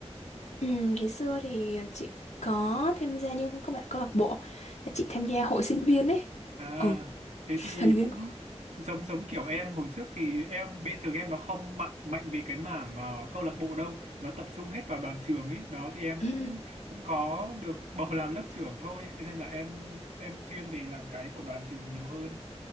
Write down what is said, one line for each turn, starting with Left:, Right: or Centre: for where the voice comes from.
Left: Ừ, ngày xưa thì ờ, chị có tham gia nhưng không phải là câu lạc bộ mà chị tham gia hội sinh viên ấy.
Right: À,
Left: Ừ,
Right: thế
Left: <laughs>
Right: thì
Left: thành viên
Right: cũng
Left: của. hội.
Right: giống giống kiểu em hồi trước thì em bên trường em nó không mạnh mạnh về cái mảng ờ, câu lạc bộ đâu, nó tập trung hết vào đoàn trường ý. Đó thì em
Left: Ừ.
Right: cũng cũng có được bầu làm lớp trưởng thôi, nên là em em chuyên về làm cái của đoàn trường nhiều hơn.